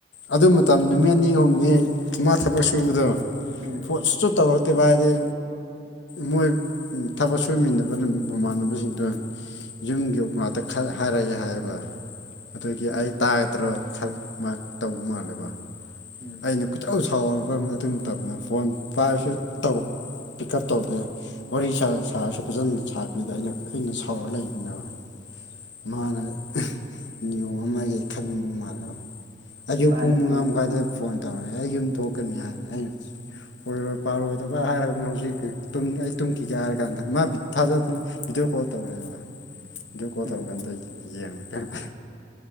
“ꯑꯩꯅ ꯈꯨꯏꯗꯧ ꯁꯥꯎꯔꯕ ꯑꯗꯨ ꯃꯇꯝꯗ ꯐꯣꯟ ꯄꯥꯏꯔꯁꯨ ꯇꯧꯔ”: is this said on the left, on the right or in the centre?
Left